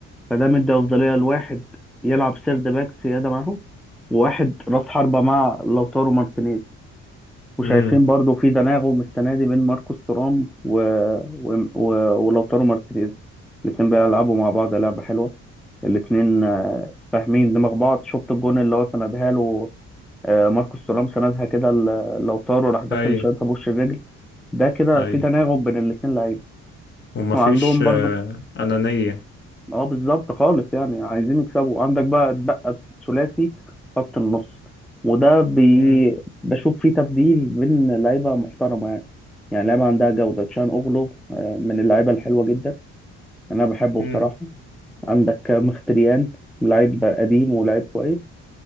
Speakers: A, in the centre; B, on the left.
A: فده مدي افضليه لواحد يلعب سيرد باك سياده معاهم وواحد راس حربه مع لوتارو مارتينيز وشايفين
B: امم
A: برضو في تناغم السنه دي بين ماركوس تورام و... و... و... ولوتارو مارتينيز الاتنين بيلعبوا مع بعض لعبه حلوه الاتنين آه، فاهمين دماغ بعض شفت الجون اللي هو سندها له آه، ماركوس تورام سندها كده ل- لوتارو راح داخل
B: اي
A: شايطها بوش الرجل ده كده
B: اي
A: في تناغم بين الاثنين لعيبه
B: ومفيش
A: وعندهم
B: آه،
A: برضو
B: انانيه
A: اه بالظبط خالص يعني عايزين يكسبوا عندك بقى اتبقى ثلاثي خط النص وده بي...
B: امم
A: بشوف فيه تبديل بين لعيبه محترمه يعني يعني لعيبه عندها جوده تشان اوغلو آه، من اللعيبه الحلوه جدا انا بحبه
B: امم
A: بصراحه عندك مختريان لعيب قديم ولعيب كويس